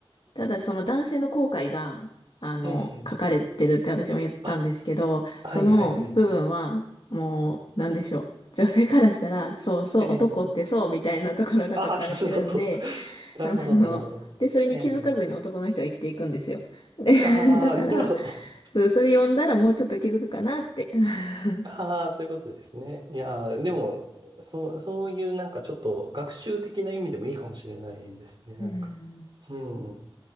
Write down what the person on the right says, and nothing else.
ええ。
あ、はいはいはい。
ええ。
ああ、なるほど。<laughs> なるほど、
なるほど。
ええ。
ああ、
なるほど。
ああ、そういうことですね。いやー、でも、そう、そういうなんかちょっと学習的な意味でもいいかもしれないですね、なんか。
うん。